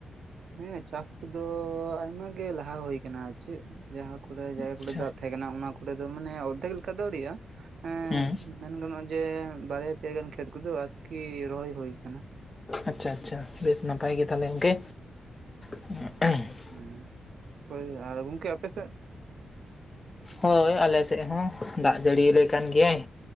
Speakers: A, on the right; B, on the left.
A: ᱦᱮᱸ ᱪᱟᱥ ᱠᱚᱫᱚ ᱟᱭᱢᱟ ᱜᱮ ᱞᱟᱦᱟ ᱦᱩᱭ ᱟᱠᱟᱱᱟ᱾ ᱟᱨ ᱪᱮᱫ? ᱡᱟᱦᱟᱸ ᱠᱚᱨᱮ ᱡᱟᱭᱜᱟ
B: ᱟᱪᱪᱷᱟ
A: ᱠᱚᱨᱮ ᱫᱟᱜ ᱛᱟᱦᱮᱸ ᱠᱟᱱᱟ ᱚᱱᱟ ᱠᱚᱨᱮ ᱫᱚ ᱢᱟᱱᱮ ᱚᱨᱫᱷᱮᱠ ᱞᱮᱠᱟ ᱫᱚ ᱟᱹᱣᱨᱮᱭᱟᱜᱼᱟ᱾ ᱦᱮᱸ
B: ᱦᱩᱸ
A: ᱢᱮᱱ ᱜᱟᱱᱚᱜᱼᱟ ᱡᱮ ᱵᱟᱨᱭᱟ ᱯᱮᱭᱟ ᱜᱟᱱ ᱠᱷᱮᱛ ᱠᱚᱫᱚ ᱟᱨᱠᱤ ᱨᱚᱦᱚᱭ ᱦᱩᱭ ᱟᱠᱟᱱᱟ᱾
B: ᱟᱪᱪᱷᱟ ᱟᱪᱪᱷᱟ ᱵᱮᱥ ᱱᱟᱯᱟᱭ ᱜᱮ ᱛᱟᱦᱚᱞᱮ ᱜᱚᱝᱠᱮ᱾ <unintelligible>
A: ᱦᱩᱸ, ᱦᱳᱭ ᱟᱨ ᱜᱚᱝᱠᱮ ᱟᱯᱮ ᱥᱮᱫ?
B: ᱦᱳᱭ ᱟᱞᱮᱥᱮᱫ ᱦᱚᱸ ᱫᱟᱜ ᱡᱟᱹᱲᱤᱭᱟᱞᱮ ᱠᱟᱱ ᱜᱮᱭᱟᱭ᱾